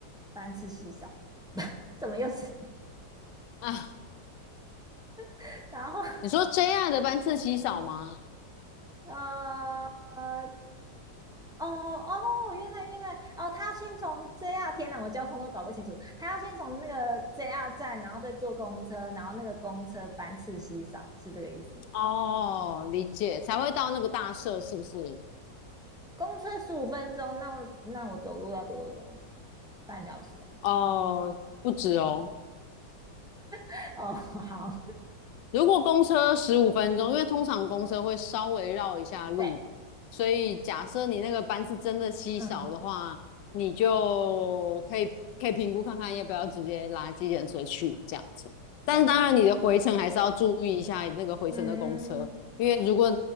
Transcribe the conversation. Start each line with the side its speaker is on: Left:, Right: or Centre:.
Centre: 班次稀少，<laughs> 怎么又是？
Left: <laughs> 啊，
Centre: <laughs> 然后
Left: 你说 JR 的班次稀少吗？
Centre: 呃，哦哦，原来原来哦，他要先从 JR，天哪，我交通都搞不清楚。他要先从那个 JR 站，然后再坐公车，然后那个公车班次稀少，是这个意思。
Left: 哦，理解，才会到那个大社是不是？
Centre: 公车十五分钟，那我那我走路要走多久啊半小时哦。
Left: 哦，不止哦。
Centre: <laughs> 哦，好，
Left: 如果公车十五分钟，因为通常公车会稍微绕一下路，
Centre: <laughs> 对，
Left: 所以假设你那个班次真的稀少的话，
Centre: 嗯，
Left: 你就可以可以评估看看要不要直接拉计程车去这样子。但是当然，
Centre: 懂，
Left: 你的回程还是要注意一下那个回程的公车，
Centre: 嗯。
Left: 因为如果